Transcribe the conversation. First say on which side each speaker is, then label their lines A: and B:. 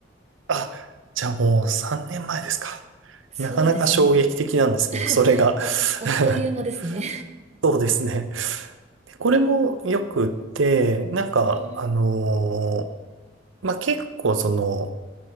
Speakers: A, on the right; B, on the right.
A: あ、じゃあもう3年前ですか。
B: そうですね。
A: なかなか衝撃的なんですけど、
B: <laughs>
A: それが。
B: あ、あっという間ですね。
A: <laughs> そうですね。でこれもよくって、
B: <laughs>
A: なんか、
B: うーん。
A: あのーまあ、結構その、